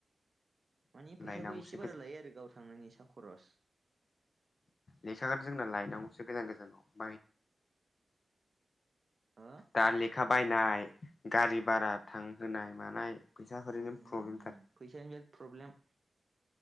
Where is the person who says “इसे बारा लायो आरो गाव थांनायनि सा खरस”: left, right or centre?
Right